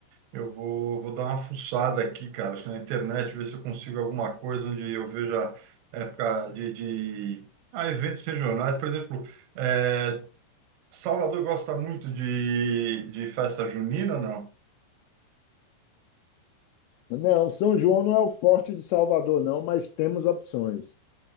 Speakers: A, on the right; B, on the left.
A: Eu vou, vou dar uma fuçada aqui, cara, acho que na internet, ver se eu consigo alguma coisa onde eu veja época de, de... Ah, eventos regionais. Por exemplo, é, Salvador gosta muito de, de festa junina, não?
B: Não, São João não é o forte de Salvador, não, mas temos opções.